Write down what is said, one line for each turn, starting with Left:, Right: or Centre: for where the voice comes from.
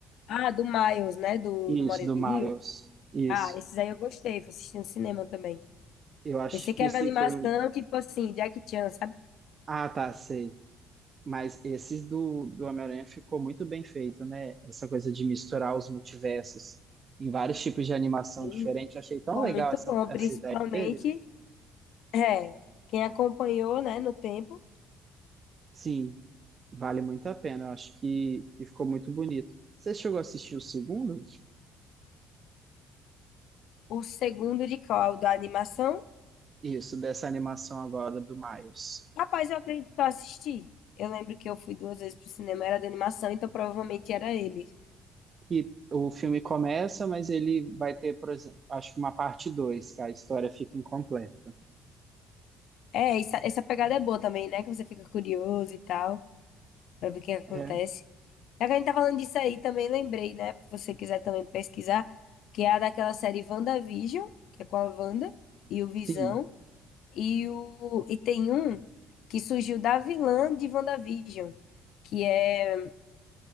Left: Ah, do Miles, né? Do,
Right: Isso,
Left: do Moreninho.
Right: do Miles. Isso.
Left: Ah, esses aí eu gostei, fui assistindo cinema também.
Right: Eu acho
Left: Pensei que
Right: que
Left: era
Right: assim
Left: animação,
Right: foram.
Left: tipo assim, Jack Chan, sabe?
Right: Ah, tá, sei. Mas esses do, do Homem-Aranha ficou muito bem feito, né? Essa coisa de misturar os multiversos em vários tipos de animação
Left: Sim,
Right: diferente. Eu achei tão
Left: ficou
Right: legal
Left: muito
Right: essa,
Left: bom,
Right: essa
Left: principalmente,
Right: ideia deles.
Left: é, quem acompanhou, né, no tempo,
Right: Sim, vale muito a pena. Eu acho que, que ficou muito bonito. Você chegou a assistir o segundo?
Left: o segundo de qual da animação
Right: Isso, dessa animação agora do Miles.
Left: Rapaz, eu acredito que eu assisti. Eu lembro que eu fui duas vezes pro cinema, era de animação, então provavelmente era ele.
Right: que o filme começa, mas ele vai ter, por exemplo, acho que uma parte 2, que a história fica incompleta.
Left: É, essa, essa pegada é boa também, né? Que você fica curioso e tal, pra ver o que acontece.
Right: É,
Left: Já que a gente tá falando disso aí, também lembrei, né? Se você quiser também pesquisar, que é a daquela série WandaVision, que é com a Wanda e o Visão.
Right: sim.
Left: E, o, e tem um que surgiu da vilã de WandaVision, que é.